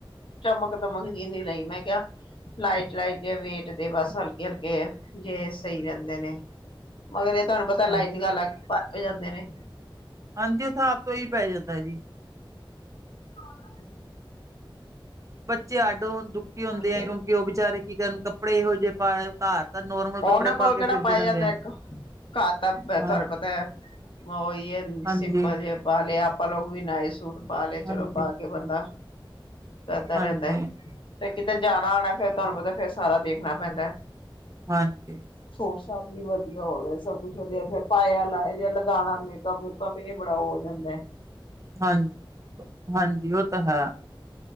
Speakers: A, on the left; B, on the right.
A: ਚਮਕ ਦਮਕ ਜੀ ਨੀ ਲਈ ਮੈਂ ਕਿਹਾ ਲਾਈਟ ਲਾਈਟ ਜਾ ਵੇਟ ਦੇ ਬਸ ਹਲਕੇ ਹਲਕੇ ਜੇ ਸਈ ਰਹਿੰਦੇ ਨੇ। ਮਗਰ ਇਹ ਤੁਹਾਨੂੰ ਪਤਾ ਲਾਈਨਿੰੰਗ
B: ਹਾਂ
A: ਲੱਗ ਕੇ ਭਾਰੀ ਹੋ ਜਾਂਦੇ ਨੇ।
B: ਹਾਂਜੀ, ਹਿਸਾਬ ਤੋਂ ਓਹੀ ਪੈ ਜਾਂਦਾ ਜੀ।
A: ਹਾਂ,
B: ਬੱਚੇ ਅੱਡ ਓਹ ਹੁੱਣ ਦੁਖੀ ਹੁੰਦੇ
A: ਉਹੀ
B: ਆ ਕਿਉਂਕਿ ਉਹ ਬਚਾਰੇ ਕੀ ਕਰਨ ਕੱਪੜੇ ਇਹੋ ਜਿਹੇ ਪਾਲੇ ਘਰ। ਤਾਂ ਨੋਰਮਲ ਕੱਪੜੇ
A: ਉਹਨਾਂ ਕੋਲ
B: ਪਾ ਕੇ
A: ਕਿਹੜਾ
B: ਫਿਰਦੇ
A: ਪਾਏ
B: ਰਹਿੰਦੇ
A: ਜਾਂਦੇ
B: ਆ
A: ਇੱਕ ਘਰ ਤਾਂ
B: ਹਾਂ
A: ਤੁਹਾਨੂੰ ਪਤਾ ਓਹੀ ਐ
B: ਹਾਂਜੀ
A: ਸਿੰਪਲ ਜੇ ਪਾ ਲਿਆ। <unintelligible> ਨਾਈਟ ਸੂਟ ਪਾ ਲਏ
B: ਹਾਂਜੀ
A: ਚਲੋ ਪਾ ਕੇ ਬੰਦਾ ਏਦਾਂ
B: ਹਾਂਜੀ
A: ਰਹਿੰਦਾ ਤੇ ਕਿਤੇ ਜਾਣਾ ਆਣਾ ਫਿਰ ਤੁਹਾਨੂੰ ਪਤਾ ਫੇਰ ਸਾਰਾ ਦੇਖਣਾ ਪੈਂਦਾ।
B: ਹਾਂਜੀ।
A: ਸੂਟ ਸਾਟ ਵੀ ਵਧੀਆ ਹੋਵੇ ਸਭ ਕੁੱਛ ਵਧੀਆ ਫਿਰ ਪਾਇਆ ਲਾਇਆ ਜਾ ਲਗਾਣਾ ਮੇਕਅਪ ਮੂਕਅਪ ਇਹ ਬੜਾ ਹੋ ਜਾਂਦਾ।
B: ਹਾਂਜੀ ਹਾਂਜੀ, ਉਹ ਤਾਂ ਹੈ।